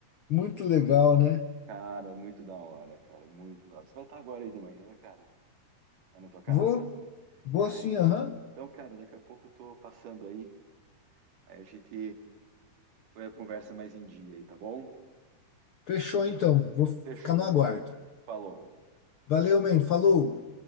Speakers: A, on the left; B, on the right.
A: muito legal, né?
B: Cara, muito da hora, cara, muito da hora. Você vai estar agora aí de manhã, cara? É na tua casa?
A: Vou, vou
B: Vai.
A: sim, aham.
B: Então, cara, daqui a pouco eu tô passando aí. Aí a gente põe a conversa mais em dia aí, tá bom?
A: Fechou então, vou ficar
B: Fechou,
A: no aguardo.
B: mano. Falou.
A: Valeu, man, falou.